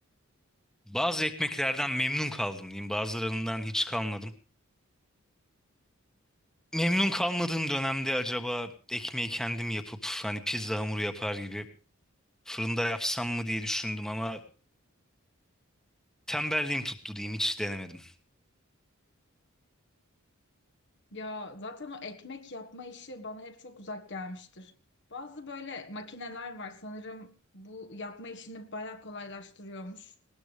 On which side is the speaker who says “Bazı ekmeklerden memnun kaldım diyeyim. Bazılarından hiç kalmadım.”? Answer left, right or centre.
Centre